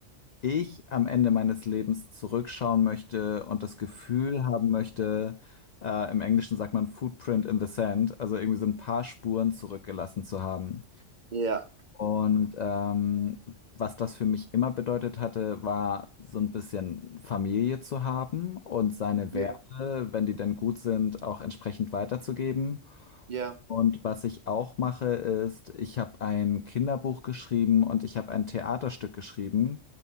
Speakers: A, on the left; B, on the right.
A: ich am Ende meines Lebens zurückschauen möchte und das Gefühl haben möchte, äh, im Englischen sagt man Footprint in the Sand, also irgendwie so ein paar Spuren zurückgelassen zu haben.
B: ja,
A: Und ähm, was das für mich immer bedeutet hatte, war so ein bisschen Familie zu haben und seine
B: ja,
A: Werte, wenn die denn gut sind, auch entsprechend weiterzugeben.
B: ja.
A: Und was ich auch mache, ist, ich habe ein Kinderbuch geschrieben und ich habe ein Theaterstück geschrieben.